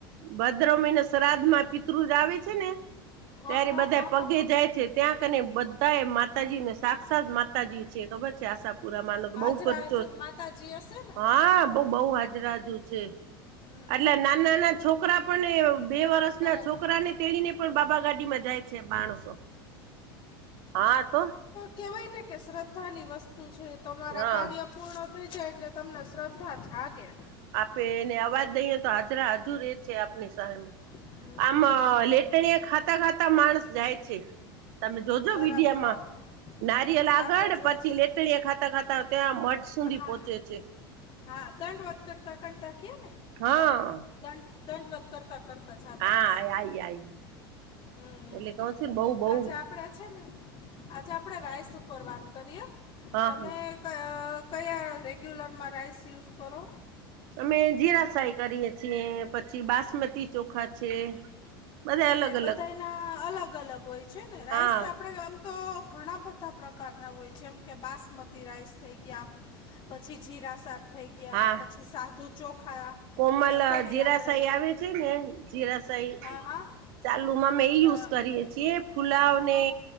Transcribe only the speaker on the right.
ભદ્ર મહિના શ્રાદ્ધમાં પિતૃ જ આવે છે ને,
ત્યારે
બધા
પગે
જાય છે. ત્યાં કને બધા એ માતાજીને સાક્ષાત માતાજી છે ખબર છે, આશા પુરા માનસ
બઉ કરચો
હા બ બહુ હાજરાજુ છે,
એટલે નાના-નાના
છોકરા પણ બે વર્ષ
એના છોકરાને તેડીને, પણ બાબા ગાડીમાં જાય છે માણસો? હા, તો.
હા
આપણે અવાજ દઈએ તો, હાજરા હજુર એ છે, આપણી સાહ
આમ
લેટણીયા
ખાતા-ખાતા માણસ જાય છે. તમે જોજો
વિીડિયામાં
નારિયેલ
આગળ,
પછી લેટણીયા ખાતા ખાતા ત્યાં સુધી
પોહોંચે છે
હા.
હા
આઈ આઈ
એટલે
કઉ છું ને બઉ બઉ
હા
અમે જીરા રાઈસ કરીએ છીએ, પછી બાસમતી ચોખા છે. બધા
અલગ
અલગ
હા
હા
કોમલ
જીરાસાઈ
આવે છે ને, જીરાસાઈ.
ચાલુમાં અમે એ યુઝ
કરીએ છીએ, ફુલાવને.